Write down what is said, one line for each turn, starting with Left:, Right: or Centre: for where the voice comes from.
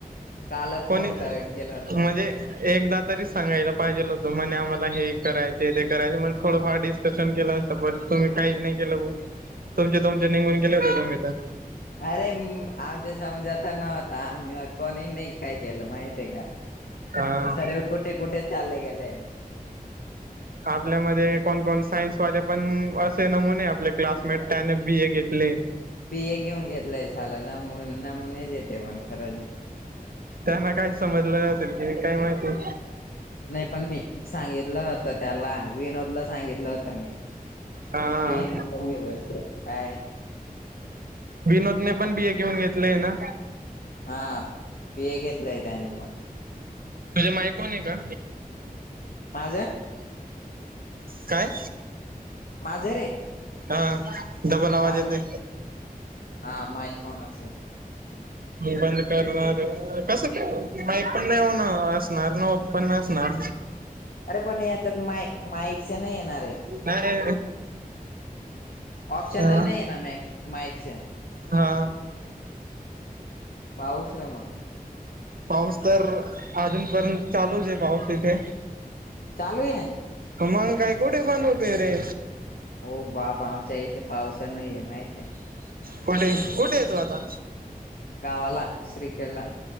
Left: काल
Right: कोणी
Left: फोन कर केला होता.
Right: म्हणजे! एकदा तरीच सांगायला पाहिजेल होतं म्हणे आम्हाला हे करायचे ते करायचे म्हजे थोडंफार स! न केला असं प तुम्ही काहीच नाही केलं तुमचे तुमचे निघून गेले होते ज म तर.
Left: अरे आमच्या समोज आाता नव्हता आम्ही मग कोणी नाही काय केलं माहिती आहे का.
Right: हा
Left: सर्व कुठे कुठे चालले गेले.
Right: आपल्यामध्ये कोणकण सायन्सवाले पण असे नमुने आपले क्लासमेट त्याने बी ए घेतले.
Left: पि ए घेऊन घेतलाय सालाला मु नमुनेच येते पण. खज
Right: त्यांना काही समजलं असेल की काय माहिती
Left: नाही. पण मी सांगितलं होत त्याला विनोदला सांगितलं होत
Right: हा
Left: प नक केव पाय
Right: विनोदने पण ए घेऊन घेतले ना
Left: हा पे घेतलंय त्याने पण
Right: तुझे माय कोण आहे का?
Left: माझ?
Right: काय
Left: माझरे
Right: हा डबल आवाज
Left: माझ
Right: येते
Left: हा म कण असेल.
Right: बंद करणार कस बाही पण नाही होणार असणार ना पन असणार.
Left: अरे पण याच्यात माय माईकस नाही येणार आहे.
Right: नाही
Left: ऑप्शनल
Right: हा
Left: नाही आहे ना मॅक्स माईकस.
Right: हा
Left: पाऊस रेमा.
Right: पाऊस तर अजून पर्यंत चालूच आहे पाऊस तिथे.
Left: चालू आहे
Right: मग काय कुठे बंद होतेय रे
Left: हो बाबा आमच्या इथे पावसा नाहीये माहित आहे.
Right: कोठे कुठे येतो आता.
Left: कावला श्रीखेळला